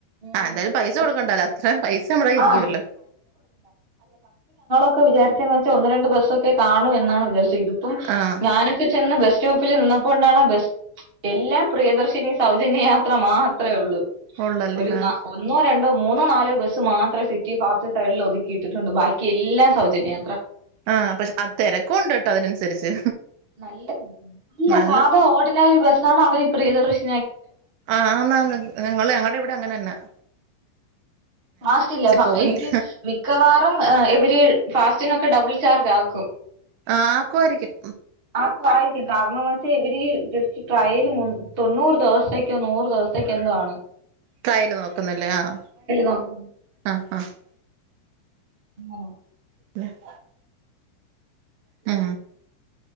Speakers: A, on the right; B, on the right.
A: ഉം
B: ആ എന്തായാലും പൈസ
A: പക്ഷെ
B: കൊടുക്കണ്ടല്ല അത്ര പൈസ നമ്മടൊയിരിക്കുവല്ലോ
A: ആ നമ്മൾ ഒക്കെ വിചാരിച്ചെന്ന് വെച്ചൽ ഒന്ന് രണ്ട് ബസ്സൊക്കെ കാണും എന്നാണ് വിചാരിച്ചു ഇതിപ്പം
B: ആഹ്
A: ഞാനൊക്കെ ചെന്ന ബെസ്റ്റ് സ്റ്റോപ്പില് നിന്നപ്പോ കൊണ്ടാണോ ബസ് എല്ലാം പ്രിയദർശിനി സൗജന്യ യാത്ര മാത്രമേ ഉള്ളൂ
B: ഉള്ളല്ലേ
A: ഒരു
B: ആഹ്
A: ഒന്നോ രണ്ടോ മൂന്നോ നാലോ ബസ്സ് മാത്രം സിറ്റി ഫാസ്റ്റ് സൈഡിൽ ഒതുക്കിയിട്ടിട്ടുണ്ട് ബാക്കി എല്ലാം സൗജന്യംയാത്ര
B: ആഹ പക്ഷെ ആ തിരക്കും ഉണ്ട് കേട്ടോ അതിനനുസരിച്ച്
A: നല്ല അല്ല
B: നല്ല
A: സാധാ ഓടിനറി ബസ്സണ് അവര് പ്രിയദർശിനി
B: ആഹ ആന് ആണ് ഞങ്ങടെ ഇവിടെ അങ്ങനെ തന്നെ ആ
A: ഫാസ്റ്റില്ല
B: പോയില്ല
A: എനിക്ക് മിക്കവാറും ഇവര് ഫാസ്റ്റ് നൊക്കെ ഡബിൾ ചാർജ് ആക്കും
B: ആ ആക്കുമായിരിക്കും
A: ആക്കുവാരിക്കും കാരണം വച്ചാൽ ഇവര് ഈ ജസ്റ്റ് ട്രയൽ തൊണ്ണൂറ് ദിവസത്തേക്കോ നൂറ് ദിവസത്തേക്കോ എന്താണ്
B: ട്രയല് നോക്കുന്നില്ലേ ആഹ
A: നോക്കുന്നതാണ്
B: ആഹ ആഹ <inaudible>
A: <unintelligible>
B: പിന്നെ <inaudible> മ്